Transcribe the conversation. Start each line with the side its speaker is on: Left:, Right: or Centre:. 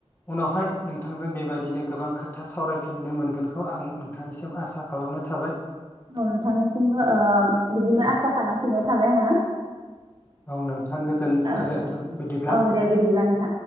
Left: उनावहाय नोंथांजों बेबायदिनो गोबां खोथा सावरायफिननो मोनगोनखौ आं नोंथांनिसिम आसा खालामना थाबाय।
Right: औ नोंथांनिसिमबो ओ बिदिनो आसा खालामफिननाय थाबाय आङो।
Left: औ नोंथां गोजोन-गोजोन्थों
Right: ओ
Left: बिदिब्ला।
Right: औ दे बिदिब्ला नोंथां